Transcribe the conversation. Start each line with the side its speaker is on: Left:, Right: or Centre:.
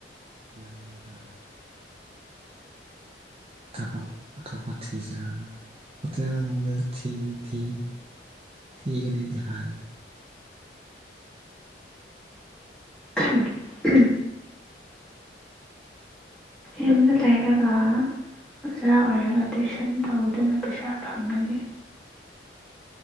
Right: ꯂꯩꯔꯒ ꯊꯕꯛ ꯑꯇꯣꯞꯄ ꯊꯤꯁꯤꯔꯥ ꯍꯣꯇꯦꯜꯒꯨꯝꯕꯗꯗꯤ ꯊꯤꯗꯤ ꯊꯤ ꯊꯤꯒꯅꯤꯗꯤ ꯍꯥꯏ
Centre: ꯎꯝ ꯌꯨꯝꯗ ꯂꯩꯔꯒ ꯑꯣꯖꯥ ꯑꯣꯏꯔꯒ ꯇ꯭ꯋꯏꯤꯁꯟ ꯇꯧꯗꯨꯅ ꯄꯩꯁꯥ ꯐꯪꯒꯅꯤ